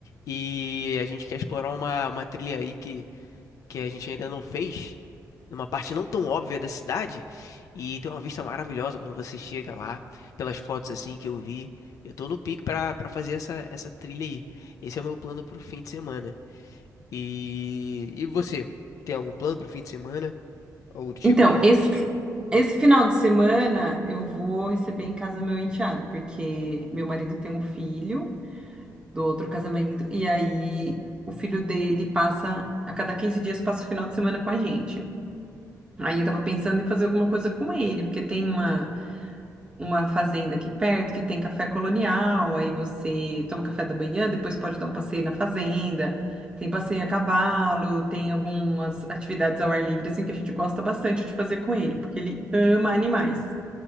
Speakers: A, on the left; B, on the right.
A: E a gente quer explorar uma, uma trilha aí que, que a gente ainda não fez, numa parte não tão óbvia da cidade. E tem uma vista maravilhosa quando você chega lá, pelas fotos, assim, que eu vi. Eu tô no pique pra, pra fazer essa, essa trilha aí. Esse é o meu plano pro fim de semana. E, e você, tem algum plano pro fim de semana? Algo do tipo?
B: Então, esse, esse final de semana eu vou receber em casa meu enteado, porque meu marido tem um filho. do outro casamento. E aí o filho dele passa, a cada 15 dias, passa o final de semana com a gente. Aí eu tava pensando em fazer alguma coisa com ele, porque tem uma, uma fazenda aqui perto que tem café colonial, aí você toma café da manhã, depois pode dar um passeio na fazenda, tem passeio a cavalo, tem algumas atividades ao ar livre, assim, que a gente gosta bastante de fazer com ele, porque ele ama animais.